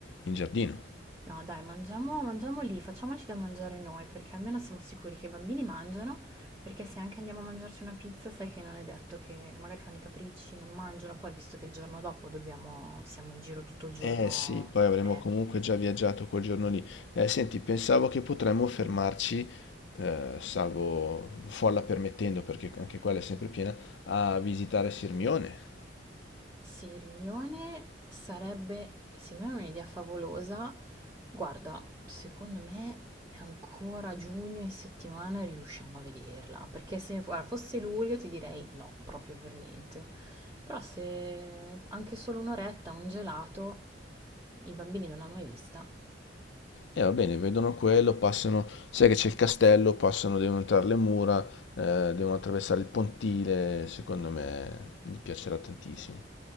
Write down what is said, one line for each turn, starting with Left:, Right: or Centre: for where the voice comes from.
Left: in giardino.
Right: No, dai, mangiamo, mangiamo lì, facciamoci da mangiare noi, perché almeno siamo sicuri che i bambini mangiano, perché se anche andiamo a mangiarci una pizza, sai che non è detto che magari fanno i capricci, non mangiano, poi visto che il giorno dopo dobbiamo, siamo in giro tutto il giorno,
Left: Eh sì, poi avremo
Right: eh.
Left: comunque già viaggiato quel giorno lì. Eh, senti, pensavo che potremmo fermarci, eh, salvo folla permettendo, perché anche quella è sempre piena, a visitare Sirmione.
Right: Sì, Hermione sarebbe, sì, ma è un'idea favolosa. Guarda, secondo me ancora giugno in settimana riusciamo a vederla, perché se guarda, fosse luglio ti direi no, proprio per niente. Però se anche solo un'oretta, un gelato, i bambini non l'hanno mai vista.
Left: E va bene, vedono quello, passano, sai che c'è il castello, passano, devono entrare le mura, eh, devono attraversare il pontile, secondo me gli piacerà tantissimo.